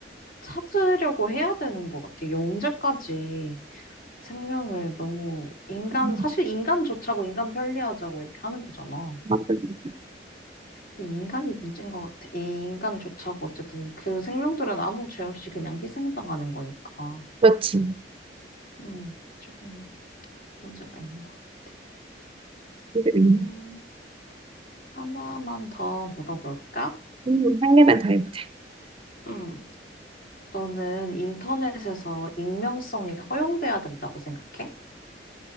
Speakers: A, on the left; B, on the right.
A: 찾으려고 해야 되는 것 같아. 이게 언제까지 생명을 너무 인간,
B: 음,
A: 사실 인간 좋자고 인간 편리하자고 이렇게 하는 거잖아.
B: 맞아요.
A: 근데 인간이 문제인 것 같아. 이 인간 좋자고 어쨌든 그 생명들은 아무 죄 없이 그냥 희생당하는 거니까.
B: 그렇지.
A: 음, 좀 문제가 있는 것 같아.
B: 힘들겠네.
A: 음, 하나만 더 물어볼까?
B: 음, 음, 한 개만 더 해보자.
A: 음, 너는 인터넷에서 익명성이 허용돼야 된다고 생각해?